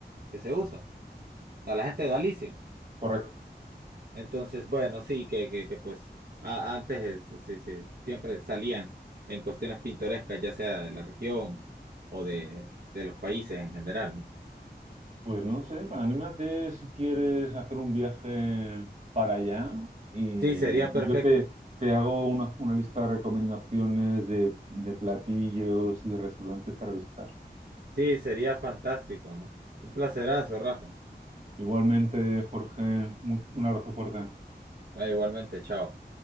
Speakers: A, on the right; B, on the right.
A: Que se usa, a la gente de Galicia.
B: Correcto.
A: Entonces, bueno, sí, que, que, que pues a- antes es- sí, sí, siempre salían en cuestiones pintorescas, ya sea de la región o de, de los países en general, ¿no?
B: Pues no sé, anímate si quieres hacer un viaje para allá y
A: Sí, sería perfecto,
B: yo te, te hago una, una lista de recomendaciones de, de platillos y de restaurantes para visitar.
A: sí, sería fantástico, ¿no? Un placerazo, Rafa.
B: Igualmente, Jorge, mu- un abrazo fuerte.
A: Ah, igualmente, chao.